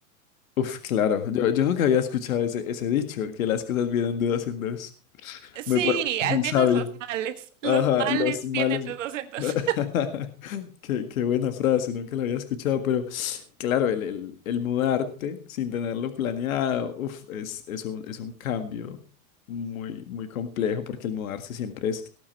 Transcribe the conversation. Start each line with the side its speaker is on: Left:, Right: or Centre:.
Left: Uf, claro. Yo, yo nunca había escuchado ese, ese dicho, que las cosas vienen de dos en dos. Muy,
Right: Sí,
Left: pa- muy
Right: al menos
Left: sabio.
Right: los males,
Left: Ajá,
Right: los males
Left: los males.
Right: vienen de dos en dos.
Left: <laughs> Qué, qué buena frase, nunca la había escuchado, pero claro, el, el, el mudarte sin tenerlo planeado, uf, es, es un, es un cambio muy, muy complejo porque el mudarse siempre es